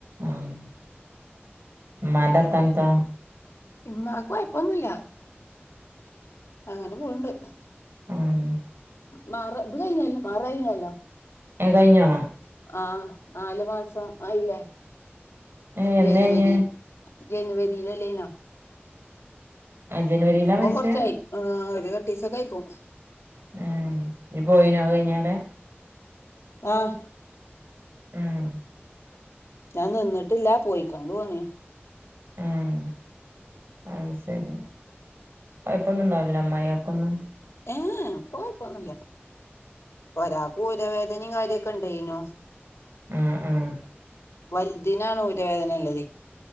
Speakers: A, on the right; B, on the left.
A: ആഹ് ഉമ്മാന്റെ വർത്താനം ഇത്താ.
B: ഇമ്മക്ക് കുയപ്പൊന്നുയില്ല അങ്ങനെ പോവുണ്ട്.
A: ആഹ്
B: മർ ഇത് കഴിഞ്ഞയില്ലേ മഹ്ർ കഴിഞ്ഞ അല്ലെ.
A: ഏഹ് കഴിഞ്ഞോ?
B: ആഹ് നാലുമാസം ആയില്ലേ
A: ഏഹ് എന്നാ
B: ജനുവരി.
A: കഴിഞ്ഞേ
B: ജനുവരി അല്ലെയിരുന്നോ
A: ജനുവരിയിലാ
B: അപ്പൊ
A: മരിച്ചേ
B: കുറച്ചായി ഏഹ് ഒരു. ഒരു എട്ട് ദിവസം ഒക്കെ ആയ്ക്കും.
A: ഏഹ് ഇനി പോയിനോ അത് കഴിഞ്ഞാലേ.
B: ആഹ്
A: ആഹ്
B: ഞാൻ നിന്നിട്ടില്ല പോയികോണ്ട് പോണ്.
A: ആഹ് അത് ശരി കൊഴപ്പൊന്നും ഇണ്ടാവൂലലെ അമ്മായാക്കൊന്നും.
B: ഏഹ് ഇപ്പൊ കൊഴപ്പൊന്നും ഇല്ല. ഒരാൾക്ക് ഊരവേദനയും കാര്യയൊക്കെ ഇണ്ടെയ്നോ.
A: ആഹ് ആഹ്
B: വലുതിനാണ് ഊരവേദനയുള്ളത്.